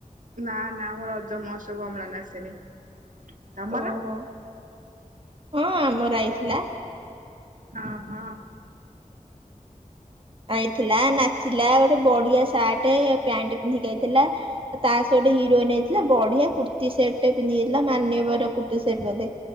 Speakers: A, on the right; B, on the right.
A: ନାଁ ନାଁ ଆମ ରଜ ମୋହୋତ୍ସବ କୁ ଅମ୍ଳାନ ଆସିନି ତମର?
B: ଓହୋ ହଁ ଆମର ଆଇଥିଲା।
A: ହଁ ହଁ।
B: ଆଇଥିଲା ନାଚିଲା ଗୋଟେ ବଡିଆ ସାଟେ ପ୍ୟାଣ୍ଟ ପିନ୍ଧିକି ଆଇଥିଲା। ତା ସହ ଗୋଟେ ହିରୋଇନ୍ ଆଇଥିଲା ବଢିଆ କୁର୍ତ୍ତି ସେଟ୍ ଟେ ପିନ୍ଧିକି ଆଇ ଥିଲା ମାନ୍ୟବର କୁର୍ତ୍ତିୀ ସେଟ୍ ବୋଧେ?